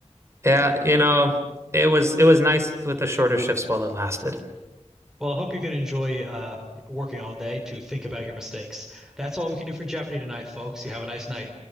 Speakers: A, on the right (about 25°); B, in the centre.
A: Yeah, you know, it was it was nice with the shorter shifts while it lasted.
B: Well, I hope you can enjoy uh, working all day to think about your mistakes. That's all we can do for Jeopardy tonight, folks. You have a nice night.